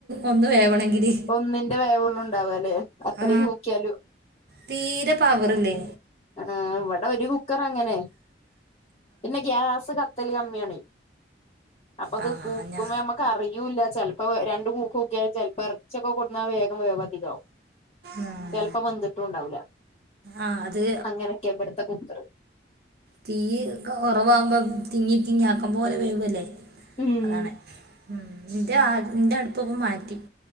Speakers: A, on the right (about 60°); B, on the left (about 35°).
A: ഒന്ന് വേവണെങ്കിൽ-
B: ഒന്നിന്റെ വേവെയുള്ളു ഉണ്ടാവല് അത്രയും
A: ആ
B: കൂക്കിയാലും-
A: തീരെ പവറില്ലേ
B: ആഹ് ഇവിടെ ഒരു കുക്കറങ്ങനെ പിന്നെ ഗ്യാസ് ക ക്കല് കമ്മിയാണ് അപ്പ അത്
A: ആ
B: കൂക്ക്മ്പം
A: ഞാ
B: നമക്ക- റിയൂല്ല ചെലപ്പോ രണ്ട് കൂക്ക് കുക്കിയാൽ ചെലപ്പോ ഇറച്ചിയൊക്കെ കൊണ്ട്ന്നാൽ വേഗം വേവതികാവും
A: ആഹ്
B: ചെലപ്പം വെന്തിട്ടും ഉണ്ടാവില്ല
A: ആഹ് അത്
B: അങ്ങനെക്കെയാ ഇവിടുത്തെ കുക്കറ്
A: തീ ഒക്കെ കൊറവാകുമ്പം തിങ്ങി തിങ്ങി ആക്കുമ്പോലെ വേവ്വല്ലേ
B: ഉം
A: അതാണ്- ഉം ഇന്റെ എന്റെ അടുപ്പിപ്പം മാറ്റി-